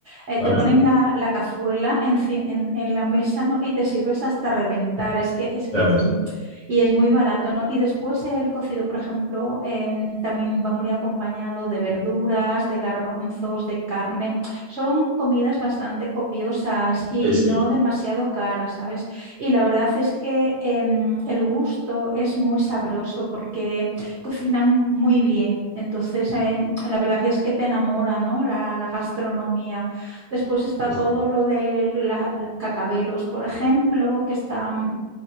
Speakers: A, on the right; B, on the left.
A: eh,
B: ¿vale?
A: te ponen la, la cazuela enci- en, en la mesa, ¿no? Y te sirves hasta reventar, es que, es que,
B: Ya ves.
A: mm, y es muy barato, ¿no? Y después el cocido, por ejemplo, em, también va muy acompañado de verduras, de garbanzos, de carne. Son comidas bastante copiosas y
B: Sí, sí,
A: no demasiado caras, ¿sabes? Y la verdad es que em, el gusto es muy sabroso porque cocinan muy bien. Entonces, em, la verdad es que te enamora, ¿no? La, la gastronomía. Después está
B: sí,
A: todo
B: sí.
A: lo de la- la- Cacabelos, por ejemplo, que está mm,